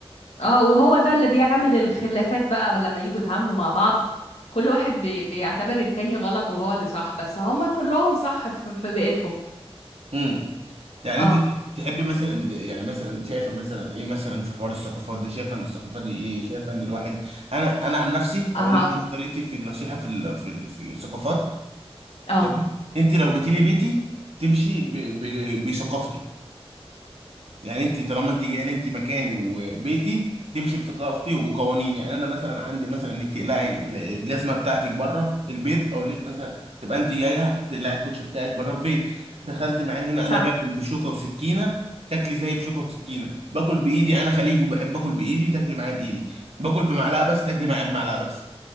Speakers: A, on the left; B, on the right.
A: اه وهو ده اللي بيعمل الخلافات بقى لما يجوا يتعاملوا مع بعض كل واحد بي... بيعتبر التاني غلط وهو اللي صح بس هما كلهم صح في, في بيئتهم
B: امم يعني
A: اه
B: انت تحب مثلا يعني مثلا شايفه مثلا ايه مثلا في حوار الثقافات ده شايفه ان الثقافه دي ايه شايفه ان الواحد انا انا عن نفسي
A: هقول
B: اقول لك ان طريقتي في النصيحه في ال... في, ال... في الثقافات
A: اه
B: تمام انت لو جيتي لي بيتي تمشي ب... ب... بثقافتي يعني انت طالما انت جايه لي انت مكاني وبيتي تمشي بثقافتي وقوانيني يعني انا مثلا عندي مثلا انك تقلعي ال- الجزمه بتاعتك بره البيت اقول لك مثلا تبقى انت جايه تقلعي الكوتش بتاعك بره البيت دخلت معايا هنا
A: صح
B: انا باكل بشوكه وسكينه تاكلي زي بشوكه وسكينه باكل بايدي انا خليجي وبحب اكل بايدي تاكلي معايا بايدي باكل بمعلقه بس تاكلي معايا بمعلقه بس